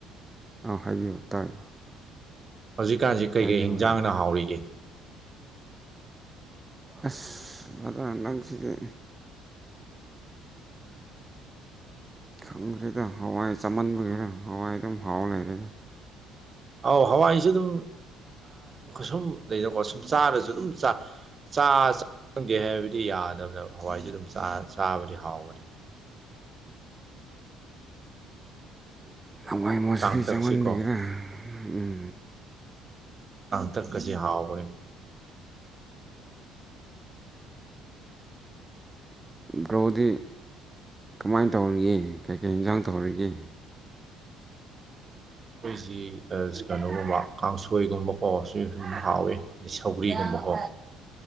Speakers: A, on the right (about 20°); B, on the right (about 35°).
A: ꯑꯥ ꯍꯥꯏꯕꯤꯌꯨ ꯇꯥꯏ
B: ꯍꯧꯖꯤꯛꯀꯥꯟꯁꯤ ꯀꯩ
A: ꯍꯥꯏꯕꯤꯌꯨ
B: ꯀꯩ ꯍꯤꯟꯖꯥꯡꯅ
A: ꯍꯥꯏꯕꯤꯌꯨ
B: ꯍꯥꯎꯔꯤꯒꯦ
A: ꯑꯁ ꯕ꯭ꯔꯗ꯭ꯔ ꯅꯪꯁꯤꯗꯤ
B: ꯎꯝ
A: ꯈꯪꯗ꯭ꯔꯦꯗ ꯍꯋꯥꯏ ꯆꯃꯟꯕꯒꯤꯔ ꯍꯋꯥꯏ ꯑꯗꯨꯝ ꯍꯥꯎ ꯂꯩꯔꯦꯗ
B: ꯑꯧ ꯍꯋꯥꯏꯁꯨ ꯑꯗꯨꯝ ꯁꯨꯝ ꯂꯩꯅꯀꯣ ꯁꯨꯝ ꯆꯥꯔꯁꯨ ꯑꯗꯨꯝ ꯆꯥꯒꯦ ꯍꯥꯏꯕꯗꯤ ꯌꯥꯗꯕꯗ ꯍꯋꯥꯏꯁꯨ ꯑꯗꯨꯝ ꯆꯥꯕꯗꯤ ꯍꯥꯎꯕꯅꯤ ꯑꯩꯈꯣꯏꯒꯤ
A: ꯍꯋꯥꯏ ꯃꯨꯁꯔꯤ
B: ꯀꯥꯡꯇꯛꯁꯤꯀꯣ
A: ꯆꯥꯃꯟꯕꯤꯒꯤꯔꯥ ꯎꯝ
B: ꯀꯪꯇꯛ ꯀꯁꯤ ꯍꯥꯥꯎꯕꯅꯦ
A: ꯕ꯭ꯔꯣꯗꯤ ꯀꯃꯥꯏꯅ ꯇꯧꯔꯤꯒꯦ ꯀꯩ ꯀꯩ ꯏꯟꯖꯥꯡ ꯇꯧꯔꯤꯒꯦ
B: ꯑꯈꯣꯏꯁꯤ ꯀꯩꯅꯣꯒꯨꯝꯕ ꯀꯥꯡꯁꯣꯏꯒꯨꯝꯕ ꯀꯣꯁꯨ ꯁꯨꯝ ꯍꯥꯎꯋꯤ ꯑꯗꯩ ꯁꯧꯒ꯭ꯔꯤꯒꯨꯝꯕ ꯑꯣ